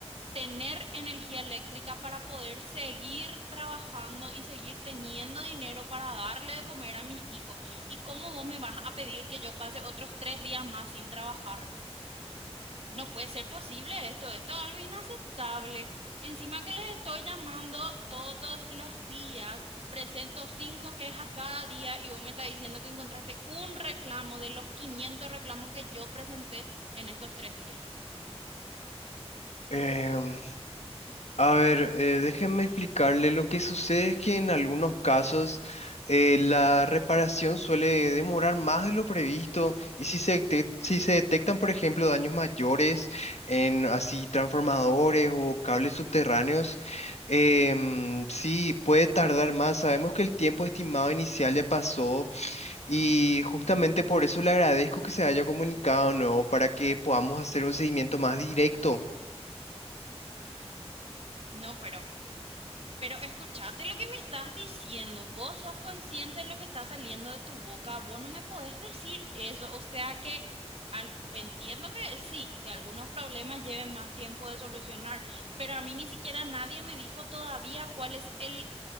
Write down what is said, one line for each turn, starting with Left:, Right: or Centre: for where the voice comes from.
Right: tener energía eléctrica para poder seguir trabajando y seguir teniendo dinero para darle de comer a mis hijos. ¿Y cómo vos me vas a pedir que yo pase otros tres días más sin trabajar? No puede ser posible esto, esto es algo inaceptable. Encima que les estoy llamando todos los días, presento cinco quejas cada día y vos me estás diciendo que encontraste un reclamo de los 500 reclamos que yo presenté en estos tres días.
Left: em, A ver, eh, déjenme explicarle. Lo que sucede es que en algunos casos eh, la reparación suele demorar más de lo previsto y si se, detec- si se detectan, por ejemplo, daños mayores en así transformadores o cables subterráneos, em, sí, puede tardar más. Sabemos que el tiempo estimado inicial ya pasó y justamente por eso le agradezco que se haya comunicado, ¿no? Para que podamos hacer un seguimiento más directo.
Right: No, pero Pero escuchate lo que me estás diciendo. Vos sos consciente de lo que está saliendo de tu boca. Vos no me podés decir eso. O sea que al- entiendo que sí, que algunos problemas lleven más tiempo de solucionar, pero a mí ni siquiera nadie me dijo todavía cuál es el,